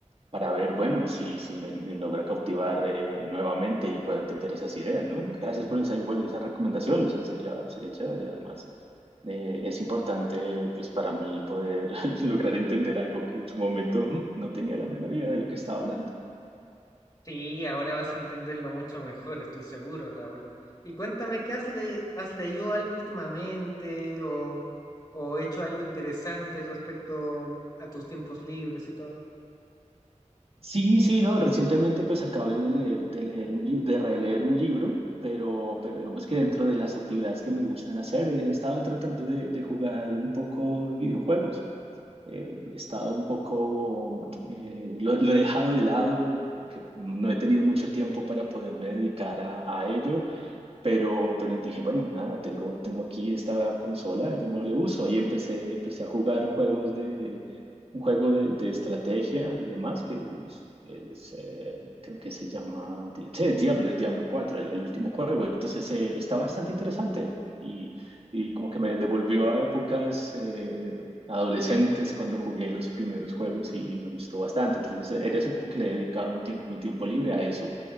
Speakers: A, on the right (about 50°); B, on the left (about 30°).
A: para ver, bueno, si, si me, me logra cautivar eh, nuevamente y puedo entender esas ideas, ¿no? Gracias por esa, bueno, esa recomendación, o sea, sería, sería chévere. Además, eh, es importante, pues, para mí poder <laughs> lograr entender algo que en su momento mm, no tenía la menor idea de lo que estaba hablando.
B: Sí, ahora vas a entenderlo mucho mejor, estoy seguro, Raúl. Y cuéntame, ¿qué has, le has leído algo últimamente o, o hecho algo interesante respecto a tus tiempos libres y todo?
A: Sí, sí, no, recientemente pues acabé de leer, de leer un libro, de releer un libro, pero, pero digamos que dentro de las actividades que me gustan hacer, he estado tratando de, de jugar un poco de videojuegos. Eh, he estado un poco, eh, lo, lo he dejado de lado, que no he tenido mucho tiempo para poderme dedicar a, a ello, pero, pero dije, bueno, nada, tengo, tengo aquí esta consola, démosle uso. Y empecé, empecé a jugar juegos de, un juego de, de estrategia y demás, que es, es, eh, creo que se llama, Di- sí, Diablo, es Diablo cuatro el, el último juego. Entonces, eh, está bastante interesante y, y como que me devolvió a épocas eh, adolescentes cuando jugué los primeros juegos y, me gustó bastante. Entonces, en eso como que le he dedicado un tiempo, mi tiempo libre a eso.